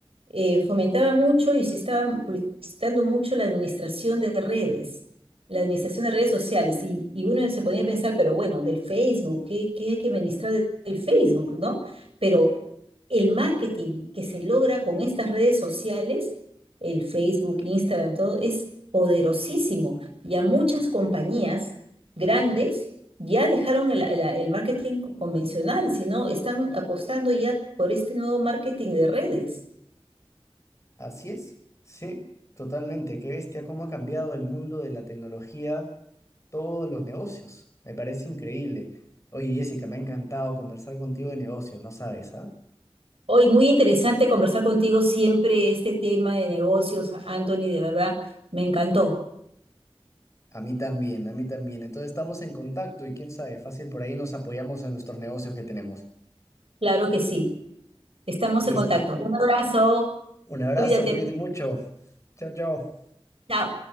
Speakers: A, on the right; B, on the left.
A: eh, fomentaba mucho y se estaba publicitando mucho la administración de redes, la administración de redes sociales. Y, y uno se ponía a pensar, pero bueno, del Facebook, ¿qué, qué hay que administrar de- del Facebook, ¿no? Pero el marketing que se logra con estas redes sociales, el Facebook, Instagram, todo, es poderosísimo. Y a muchas compañías grandes ya dejaron el, el- el marketing convencional, sino están apostando ya por este nuevo marketing de redes.
B: Así es, sí, totalmente. Qué bestia cómo ha cambiado el mundo de la tecnología, todos los negocios. Me parece increíble. Oye, Jessica, me ha encantado conversar contigo de negocios, no sabes, ¿ah?
A: Hoy muy interesante conversar contigo siempre este tema de negocios, Anthony, de verdad, me encantó.
B: A mí también, a mí también. Entonces estamos en contacto y quién sabe, fácil por ahí nos apoyamos en nuestros negocios que tenemos.
A: Claro que sí. Estamos
B: Listo.
A: en contacto. Un abrazo,
B: Un abrazo,
A: cuídate.
B: cuídate mucho. Chao, chao.
A: Chao.